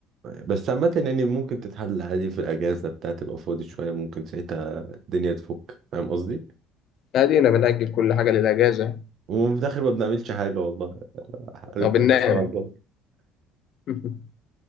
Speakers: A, on the right (about 55°); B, on the left (about 60°).
A: بس عامة يعني ممكن تتحل عادي في الأجازة بتاع تبقى فاضي شوية ممكن ساعتها الدنيا تفك فاهم قصدي؟
B: ادينا بنأجل كل حاجه للاجازه
A: وفي الآخر ما بنعملش حاجة والله حالة
B: او بننام
A: ما تسمع الجو.
B: <laughs>